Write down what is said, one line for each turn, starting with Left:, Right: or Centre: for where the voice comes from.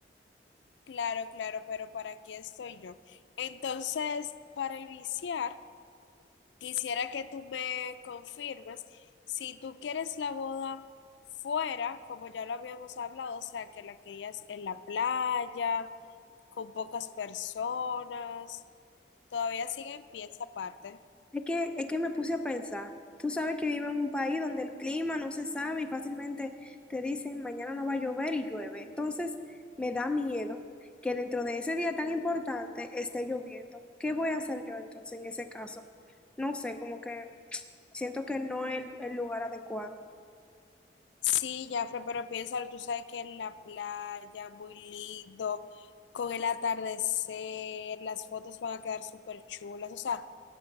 Left: Claro, claro, pero para aquí estoy yo. Entonces, para iniciar... Quisiera que tú me confirmes si tú quieres la boda fuera, como ya lo habíamos hablado, o sea, que la querías en la playa, con pocas personas. Todavía sigue en pie esa parte.
Centre: Es que, es que me puse a pensar. Tú sabes que vivo en un país donde el clima no se sabe y fácilmente te dicen mañana no va a llover y llueve. Entonces me da miedo que dentro de ese día tan importante esté lloviendo. ¿Qué voy a hacer yo entonces en ese caso? No sé, como que siento que no es el, el lugar adecuado.
Left: Sí, Jafre, pero piénsalo, tú sabes que en la playa, muy lindo, con el atardecer, las fotos van a quedar súper chulas. O sea,